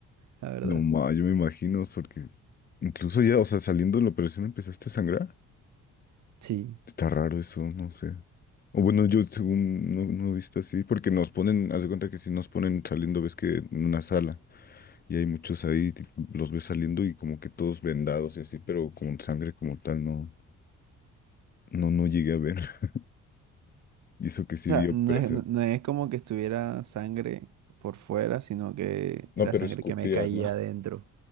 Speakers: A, on the right (about 70°); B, on the left (about 30°).
A: <laughs> la verdad.
B: No, ma, yo me imagino, porque incluso ya, o sea, saliendo de la operación empezaste a sangrar.
A: Sí.
B: Está raro eso, no sé. O bueno, yo según no, no he visto así, porque nos ponen, haz de cuenta que si nos ponen saliendo, ves que en una sala y hay muchos ahí, ti- los ves saliendo y como que todos vendados y así, pero con sangre como tal, no, no, no llegué a ver. <laughs> Y eso que sí
A: O sea,
B: vi operación.
A: no es, no, no es como que estuviera sangre por fuera, sino que
B: No,
A: era
B: pero
A: sangre
B: escupías,
A: que me caía
B: ¿no?
A: adentro.